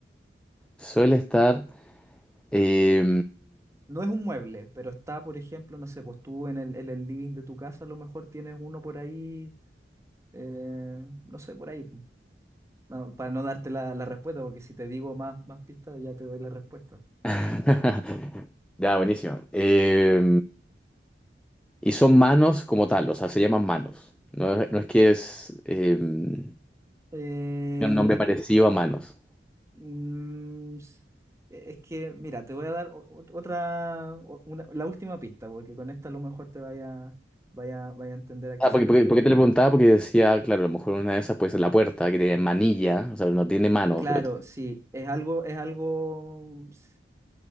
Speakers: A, in the centre; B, on the right (about 15°).
A: suele estar... eh,
B: No es un mueble, pero está, por ejemplo, no sé, pues tú en el, en el living de tu casa a lo mejor tienes uno por ahí, eh, no sé, por ahí. po. No, para no darte la, la respuesta, porque si te digo más, más pistas ya te doy la respuesta.
A: <laughs> Ya, buenísimo. Eh, y son manos como tal, o sea, se llaman manos. No es, no es que es... eh, tiene
B: Eh,
A: un nombre parecido a manos.
B: Mm, s- e, es que, mira, te voy a dar o- o- otra, o- una- la última pista, porque con esta a lo mejor te vaya, vaya, vaya a entender a qué
A: Ah,
B: se
A: porque,
B: refiere.
A: porque, porque te lo preguntaba, porque decía, claro, a lo mejor una de esas puede ser la puerta, que tiene manilla, o sea, no tiene manos,
B: Claro,
A: pero
B: sí, es algo, es algo, s-